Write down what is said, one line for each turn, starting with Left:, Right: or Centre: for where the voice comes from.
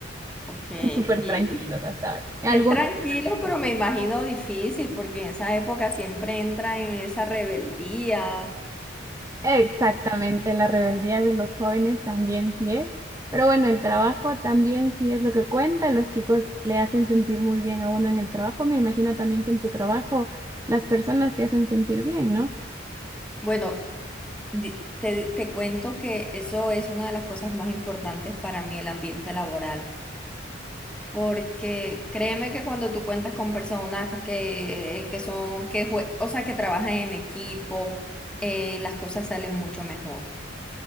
Centre: Ok,
Right: son súper
Centre: y
Right: tranquilos
Centre: es, difí-
Right: hasta ahora. Algunos
Centre: es tranquilo,
Right: que también
Centre: pero
Right: son.
Centre: me imagino difícil porque en esa época siempre entra en esa rebeldía.
Right: Exactamente, la rebeldía de los jóvenes también sí es, pero bueno, el trabajo también sí es lo que cuenta, los chicos le hacen sentir muy bien a uno en el trabajo, me imagino también que en tu trabajo las personas te hacen sentir bien, ¿no?
Centre: Bueno, di- te, te cuento que eso es una de las cosas más importantes para mí, el ambiente laboral, porque créeme que cuando tú cuentas con personas que, que son, que, jue- o sea, que trabajan en equipo, eh, las cosas salen mucho mejor.